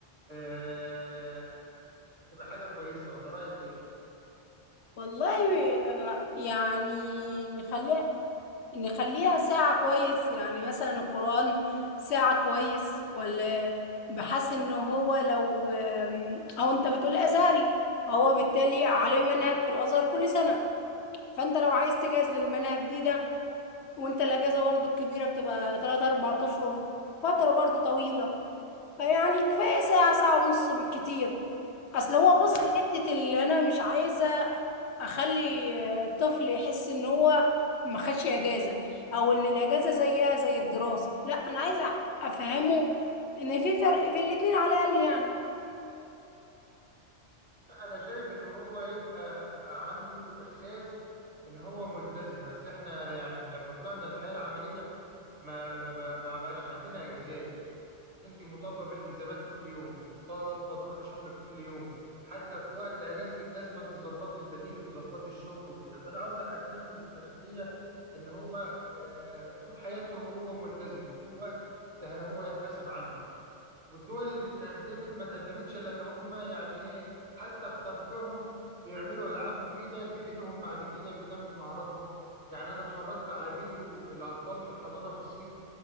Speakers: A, on the right (about 60°); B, on the left (about 70°).
A: آه، هتبقى حاجة كويسة ولا رأيك إيه؟
B: والله آه، يعني نخليها نخليها ساعة كويس يعني مثلا القرآن ساعة كويس ولا بحس إن هو لو آم، أو أنت بتقول أزهري فهو بالتالي عليه منهج في الأزهر كل سنة فأنت لو عايز تجهز للمنهج دي ده وانت الاجازه برضو الكبيره بتبقى 3 4 اشهر فتره برضو طويله فيعني كفايه ساعه ساعه ونص بالكتير اصل هو
A: بس
B: بص الحته اللي انا مش عايزه اخلي الطفل يحس ان هو ما خدش اجازه او ان الاجازه زيها زي الدراسه لا انا عايزه افهمه ان في فرق في الاتنين على الاقل يعني
A: أنا شايف إن هو يبقى عنده إحساس إن هو ملتزم، أصل إحنا يعني لما طلعنا الحياة العملية ما ما بقى- ما بقاش عندنا إجازات، أنت مطالبة بالتزامات كل يوم ومطالبة تروحي شغلك كل يوم، حتى في وقت إجازتك لازم أن تظبطي البديل وتظبطي الشغل وكده، فأنا عاوز أحسسه بالمسؤولية إن هو آه، طول حياته هو ملتزم، كل وقت هو يتحاسب عنه. والدول اللي تقدمت ما تقدمتش الا ان هم يعني ايه حتى في ترفيههم بيعملوا العاب مفيده تفيدهم بعد كده بتنمي مهاراتهم يعني انا اتفرجت على فيديو الاطفال في الحضانه في الصين